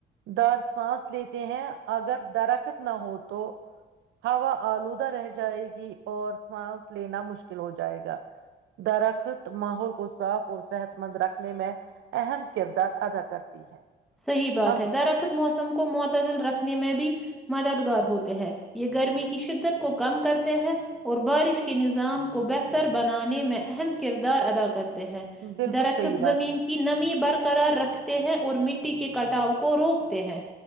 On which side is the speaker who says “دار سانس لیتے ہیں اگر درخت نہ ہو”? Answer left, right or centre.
Right